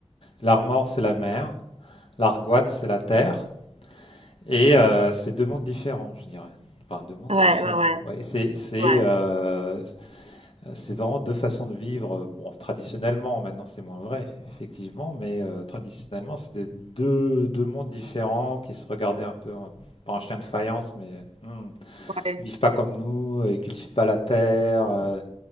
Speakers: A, on the left; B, on the right.
A: L'armor, c'est la mer. L'argoat, c'est la terre. Et euh, c'est deux mondes différents, je dirais. Enfin, deux mondes
B: Ouais,
A: différents.
B: ouais, ouais,
A: Ouais, c'est c'est
B: ouais,
A: euh, c'est vraiment deux façons de vivre. Bon, traditionnellement, maintenant c'est moins vrai, effectivement, mais euh, traditionnellement, c'est des- deux, deux mondes différents qui se regardaient un peu, en- pas en chien de faïence, mais hmm,
B: ouais,
A: ils vivent pas comme nous, euh, ils cultivent pas la terre, euh,